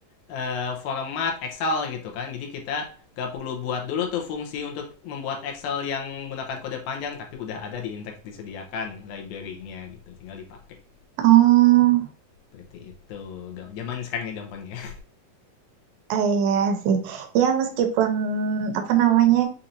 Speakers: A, on the left; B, on the right.
A: eh, format Excel gitu kan. Jadi kita gak perlu buat dulu tuh fungsi untuk membuat Excel yang menggunakan kode panjang tapi udah ada di Intex disediakan library-nya gitu tinggal dipakai
B: Oh,
A: seperti itu Gam- zamannya sekarang ya gampangnya
B: eh, iya sih. Ya meskipun apa namanya,